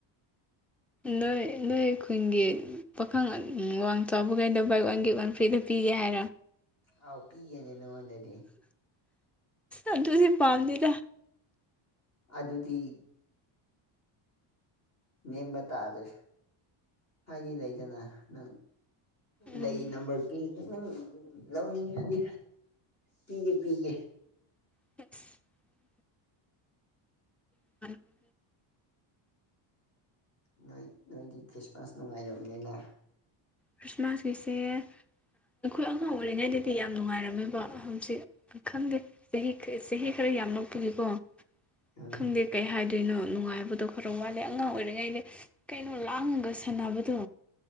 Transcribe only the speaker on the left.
ꯑꯥꯎ ꯄꯤꯒꯦꯅꯦ ꯅꯪꯉꯣꯟꯅꯗꯤ
ꯑꯗꯨꯗꯤ ꯅꯦꯝꯕ ꯇꯥꯔꯦ ꯍꯥꯏꯗꯤ ꯂꯩꯗꯅ ꯅꯪ
ꯂꯩ ꯅꯝꯕꯔ ꯅꯪ ꯂꯧꯅꯤꯡꯉꯤꯕꯗꯤ ꯄꯤꯒꯦ ꯄꯤꯒꯦ
ꯅꯣꯏ ꯅꯣꯏꯗꯤ ꯈ꯭ꯔꯤꯁꯃꯥꯁ ꯅꯨꯡꯉꯥꯏꯝꯅꯤꯅ
ꯑꯥ